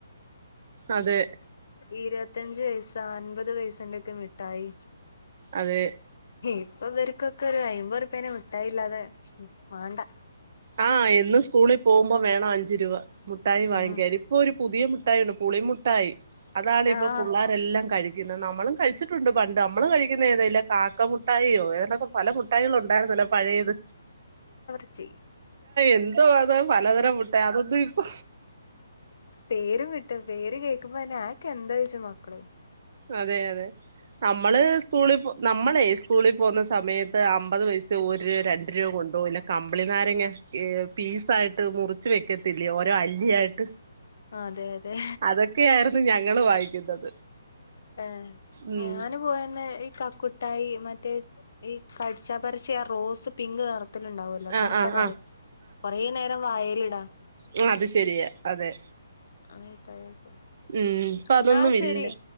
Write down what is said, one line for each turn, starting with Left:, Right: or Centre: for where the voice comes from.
Right: അതെ
Left: ഇരുപത്തഞ്ച് പൈസ അൻപത് പൈയസന്റൊക്കെ മിട്ടായി
Right: അതെ
Left: ഇപ്പൊ ഇവര്ക്കൊക്കെ ഒരു അയിമ്പ ഉറ്പ്പ്യൻ്റെ മുട്ടായില്ലാതെ മാണ്ടാ
Right: ആഹ് എന്നും സ്കൂളിൽ പോകുമ്പോ വേണം അഞ്ചു രൂപ മുട്ടായി
Left: ഉം
Right: വാങ്ങിക്കാനിം ഇപ്പൊ ഒരു പുതിയ മുട്ടായിണ്ട് പുളിമുട്ടായി അതാണ് ഇപ്പൊ
Left: ആഹ്
Right: പിള്ളേരെല്ലാം കഴ് ഇത് നമ്മളും കഴിച്ചിട്ടുണ്ട് പണ്ട് നമ്മള് കഴിക്കുന്ന ഏതെല്ലാം കാക്ക മുട്ടായിയോ ഏതൊക്കെ പല മുട്ടായികളും ഉണ്ടായിരുന്നല്ലോ പഴയത്
Left: ശരി
Right: എന്തോ അത് പലതരം മുട്ടായി അതൊന്നും ഇപ്പൊ
Left: പേരും കിട്ടും പേര് കേക്കുമ്പോ തന്നെ ആയെക്കെ എന്താ ചോയിച്ചും മക്കള്
Right: അതെ അതെ നമ്മള് സ്കൂളി പോ നമ്മളെ സ്കൂളിൽ പോകുന്ന സമയത്ത് അമ്പത് പൈസ ഒരു രൂപ രണ്ട് രൂപ കൊണ്ടുപോകില്ല കമ്പിളി നാരങ്ങ ഏ പീസായിട്ട് മുറിച്ച് വെക്കത്തില്ലേ ഓരോ അല്ലിയായിട്ട്
Left: അതെ അതെ
Right: അതൊക്കെയായിരുന്നു ഞങ്ങള് വായിക്കുന്നത്
Left: ആ
Right: ഉം
Left: ഞാന് പോയന്നെ ഈ ക കുട്ടായി മറ്റേ ഈ കടിച്ചപ്പരച്ചി ആ റോസ് പിങ്ക് നിറത്തിലുണ്ടാവ
Right: ആഹ്
Left: കറുത്ത
Right: ആഹ്
Left: കളറ്
Right: ആഹ്
Left: കൊറ നേരം വായലിടാ
Right: ഉം അത് ശരിയാ അതെ
Left: ആ മിഠായിയൊക്കെ
Right: ഉം ഇപ്പോ
Left: എന്നാ
Right: അതൊന്നും ഇല്ല
Left: ശരി